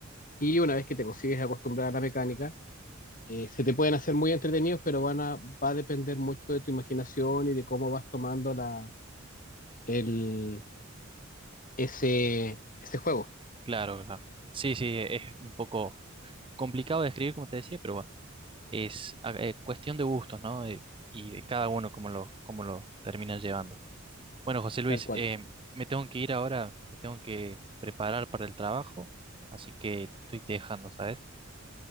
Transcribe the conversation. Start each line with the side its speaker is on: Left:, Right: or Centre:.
Left: y una vez que te consigues acostumbrar a la mecánica, eh, se te pueden hacer muy entretenidos, pero van a, va a depender mucho de tu imaginación y de cómo vas tomando la, el, ese, ese juego,
Right: claro, claro. Sí, sí, es un poco complicado de escribir, como te decía, pero bueno, es ah, eh, cuestión de gustos, ¿no? Eh, y de cada uno cómo lo, cómo lo terminan llevando. Bueno, José Luis,
Left: tal cual.
Right: eh, me tengo que ir ahora, me tengo que preparar para el trabajo, así que te estoy dejando, ¿sabes?